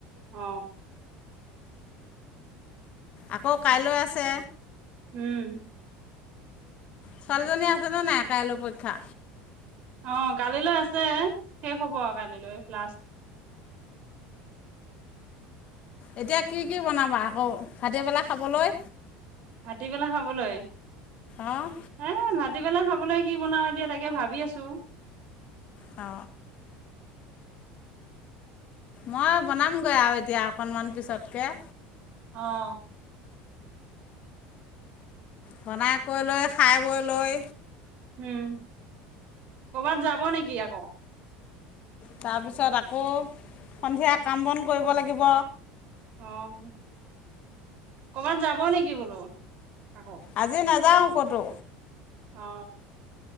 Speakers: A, on the right; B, on the left.
A: অ
B: আকৌ কাইলৈ আছে
A: উম
B: ছোৱালীজনী আছে ন নাই কাইলৈ পৰীক্ষা
A: অ কালিলৈ আছে শেষ হব আৰু কালিলৈ লাষ্ট
B: এতিয়া কি কি বনাবা আকৌ ভাট পেলা খাবলৈ
A: কাটি পেলাই খাবলৈ
B: অ',
A: হ ম <unintelligible> ৰাতি পেলা খাবলৈ কি বনাওঁ এতিয়া তাকে ভাবি আছো
B: অ মই বনামগৈ আৰু এতিয়া অকনমান পিছতকে
A: অ
B: বনাই কৈ লৈ খাই বৈ লৈ
A: উম কৰবাত যাব নেকি আকৌ
B: তাৰপিছত আকৌ সন্ধিয়া কাম বন কৰিব লাগিব
A: অ কৰ'বাত যাব নেকি বোলো আকৌ
B: আজি নাযাওঁ কটো
A: অ